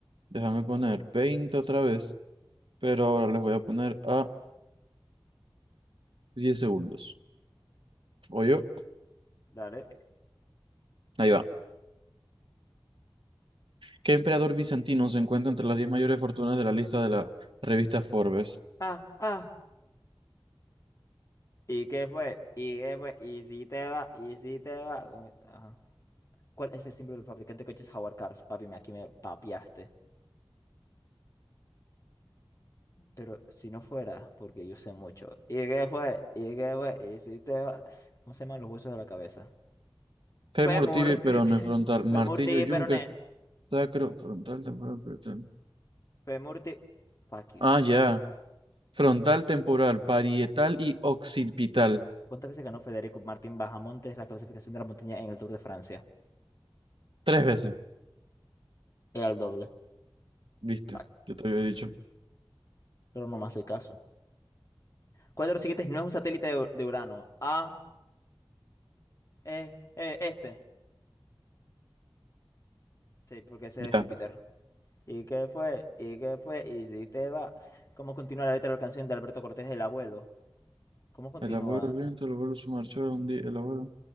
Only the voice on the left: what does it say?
Dale.
Ah, ah. ¿Y qué fue? ¿Y qué fue? ¿Y si te va? ¿Y si te va? Como- Ajá. ¿Cuál es el símbolo del fabricante de coches Jaguar Cars? Papi, me- aquí me papiaste. Pero si no fuera, porque yo sé mucho. ¿Y qué fue? ¿Y qué fue? ¿Y si te va? ¿Cómo se llaman los huesos de la cabeza?
Femur.
<laughs>
Femur tibia
y peroné.
Femur tibia... Fuck you.
¿Cuántas veces ganó Federico Martín Bajamontes la clasificación de la montaña en el Tour de Francia?
Era el doble.
Fuck.
Pero no me hace caso. ¿Cuál de los siguientes no es un satélite de, de Urano? A, E, E, este. Sí, porque ese
es Júpiter. ¿Y qué fue? ¿Y qué fue? ¿Y si te va? ¿Cómo continúa la letra de la canción de Alberto Cortés, El Abuelo? ¿Cómo continúa?